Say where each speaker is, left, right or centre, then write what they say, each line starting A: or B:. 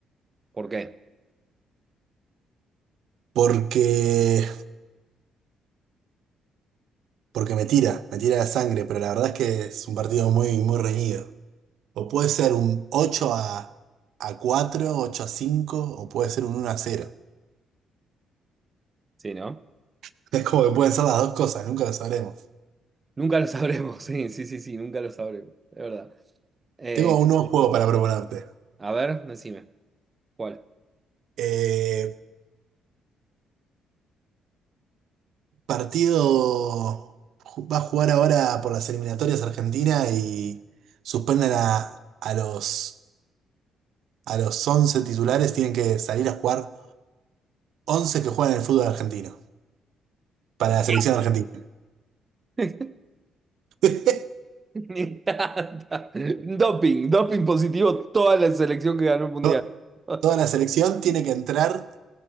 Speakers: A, on the right; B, on the right.
A: ¿Por qué?
B: Porque, porque me tira, me tira la sangre, pero la verdad es que es un partido muy, muy reñido. O puede ser un 8 a, a 4, 8 a 5, o puede ser un uno a cero.
A: Sí, ¿no?
B: <laughs> Es como que pueden ser las dos cosas, nunca lo sabremos.
A: Nunca lo sabremos, <laughs> sí, sí, sí, sí, nunca lo sabremos, es verdad. Eh,
B: Tengo un nuevo Sí. juego para proponerte.
A: a ver, decime, ¿cuál?
B: Eh, Partido ju- va a jugar ahora por las eliminatorias Argentina y suspenden a, a los, a los 11 titulares, tienen que salir a jugar once que juegan en el fútbol argentino para
A: Sí.
B: la selección argentina.
A: <laughs>
B: <laughs>
A: Me encanta. Doping, doping positivo, toda la selección que ganó el mundial.
B: To-
A: <laughs>
B: Toda la selección tiene que entrar